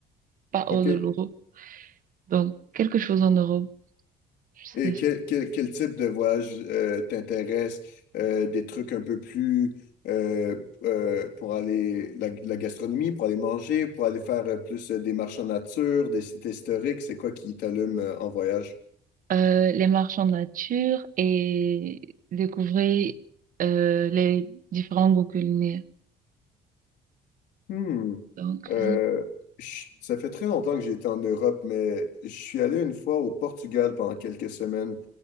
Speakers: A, on the right; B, on the left.
A: pas hors
B: OK.
A: de l'Europe. Donc, quelque chose en Europe. Ce-
B: Et quel, quel, quel type de voyage euh, t'intéresse? Euh, des trucs un peu plus euh, euh, pour aller, la, la gastronomie, pour aller manger, pour aller faire euh, plus euh, des marches en nature, des sites historiques, c'est quoi qui t'allume euh, en voyage?
A: euh, les marches en nature et découvrir euh, les différents goûts culinaires.
B: Hmm.
A: Donc,
B: Euh,
A: là,
B: je- ça fait très longtemps que j'ai été en Europe, mais je suis allé une fois au Portugal pendant quelques semaines.